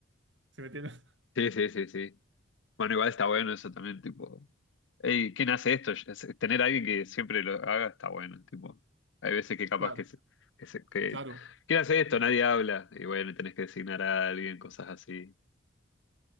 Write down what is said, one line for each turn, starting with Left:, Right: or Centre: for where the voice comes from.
Right: ¿Sí me entiendes?
Left: sí, sí, sí, sí. Bueno, igual está bueno eso también, tipo. Ey, ¿quién hace esto? Es- Tener a alguien que siempre lo haga está bueno, tipo. Hay veces que capaz
Right: Claro,
Left: que se, que se- que-
Right: claro.
Left: ¿quién hace esto? Nadie habla. Y bueno, tenés que designar a alguien, cosas así.